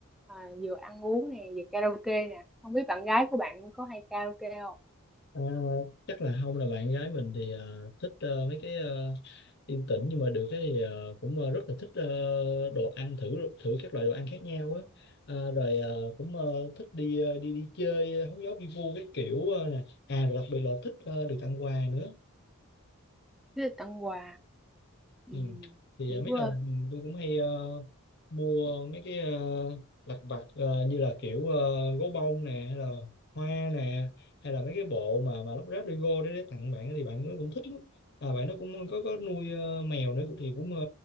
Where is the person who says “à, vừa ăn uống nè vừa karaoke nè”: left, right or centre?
Centre